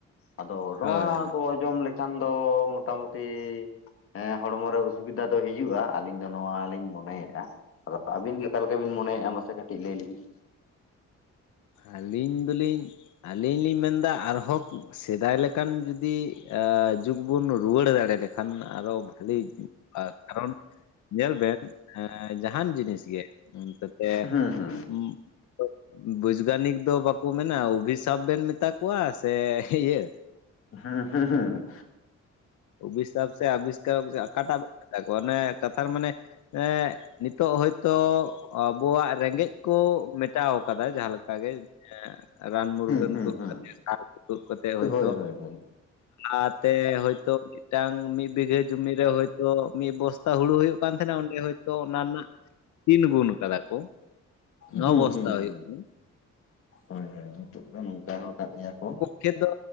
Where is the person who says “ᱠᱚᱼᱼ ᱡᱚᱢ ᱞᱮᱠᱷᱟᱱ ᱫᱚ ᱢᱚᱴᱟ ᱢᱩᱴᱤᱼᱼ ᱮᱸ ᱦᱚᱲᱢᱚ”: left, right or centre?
Left